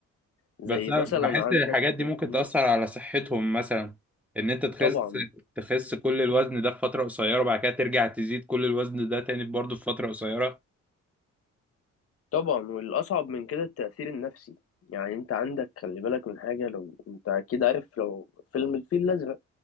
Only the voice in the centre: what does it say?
بس انا
بحس
ان الحاجات دي ممكن
تأثر على صحتهم مثلا ان انت تخس
تخس كل الوزن ده في فترة قصيرة وبعد كده ترجع تزيد كل الوزن ده تاني برضه في فترة قصيرة